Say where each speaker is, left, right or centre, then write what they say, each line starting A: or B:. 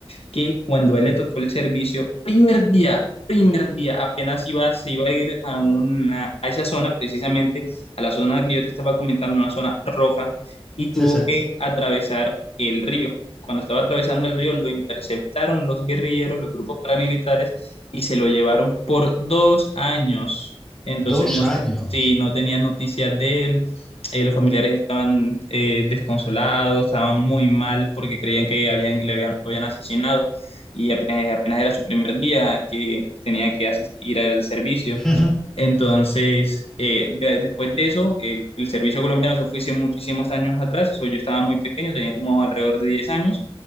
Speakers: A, on the left (about 75°); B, in the centre.
A: que cuando a él le tocó el servicio, primer día, primer día, apenas iba, se iba a ir a, una, a esa zona, precisamente a la zona que yo te estaba comentando, una zona roja, y tuvo
B: Sí, sí.
A: que atravesar el río. Cuando estaba atravesando el río, lo interceptaron los guerrilleros, los grupos paramilitares, y se lo llevaron por dos años. Entonces,
B: Dos
A: no,
B: años.
A: si no tenían noticias de él, eh, los familiares estaban eh, desconsolados, estaban muy mal porque creían que habían, le habían, lo habían asesinado y apenas, apenas era su primer día que tenía que asistir al servicio.
B: <laughs>
A: Entonces, eh, de- después de eso, el, el servicio colombiano se fue hace muchísimos años atrás, eso yo estaba muy pequeño, tenía como alrededor de 10 años.